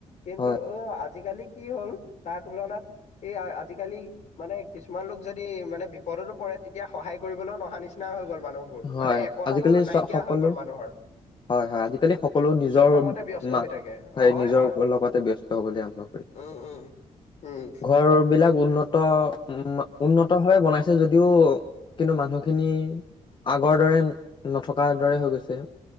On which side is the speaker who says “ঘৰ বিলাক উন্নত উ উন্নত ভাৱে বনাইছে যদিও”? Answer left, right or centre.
Left